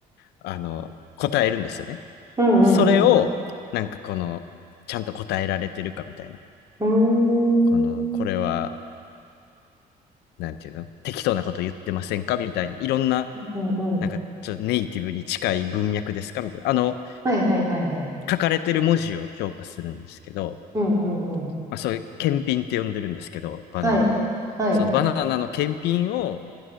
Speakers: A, on the left (about 80°); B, on the right (about 20°).
A: あの、答えるんですよね。
B: うんうんうん。
A: それを、なんかこの、ちゃんと答えられてるかみたいな。
B: うーん。
A: この、これは、なんていうの適当なこと言ってませんかみたいな。いろんな、
B: うんうん。
A: なんかちょっとネイティブに近い文脈ですかみたいな。あの、
B: はいはいはいはい。
A: 書かれてる文字を評価するんですけど、
B: うんうんうん。
A: まあそういう検品って呼んでるんですけど、バナナの。
B: はい。はい。
A: そのバナナの検品を、